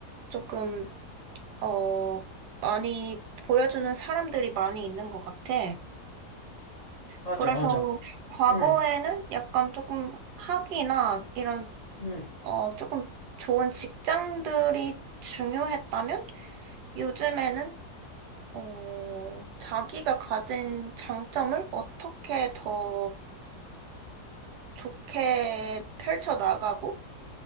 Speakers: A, on the right (about 85°); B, on the left (about 60°).
A: 조금 어, 많이 보여주는 사람들이 많이 있는 것 같아.
B: 맞아,
A: 그래서
B: 맞아.
A: 과거에는
B: 응,
A: 약간 조금 학위나 이런,
B: 응,
A: 어, 조금 좋은 직장들이 중요했다면 요즘에는, 어, 자기가 가진 장점을 어떻게 더 좋게 펼쳐나가고